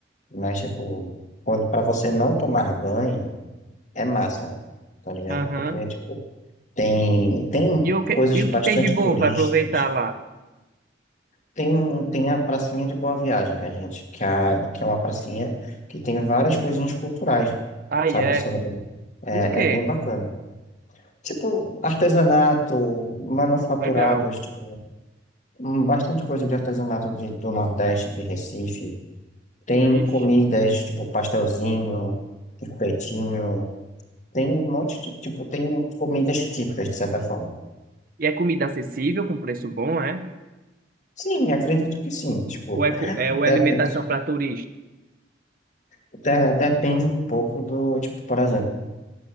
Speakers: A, on the left; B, on the right.
A: Mas, tipo, quando para você não tomar banho, É massa, tá ligado?
B: Aham.
A: Porque, tipo, tem, tem
B: E o que,
A: coisas
B: e
A: bastante
B: o que tem de bom
A: turísticas.
B: para aproveitar lá?
A: Tem, tem a pracinha de Boa Viagem que a gente, que, é a, que é uma pracinha que tem várias coisinhas culturais,
B: Ah,
A: sabe?
B: é.
A: Sobre, é,
B: O quê?
A: é bem bacana. Tipo, artesanato, manufaturados,
B: Legal.
A: tipo, hum, bastante coisa de artesanato de- do Nordeste, de Recife. Tem
B: Ixi.
A: comidas, tipo, pastelzinho, espetinho. Tem um monte de, tipo, tem comidas típicas, de certa forma.
B: E é comida acessível, com preço bom, é?
A: Sim, acredito que sim. Tipo,
B: Ou é, co- é, ou
A: depende,
B: é alimentação para turista?
A: de- depende um pouco do, tipo, por exemplo,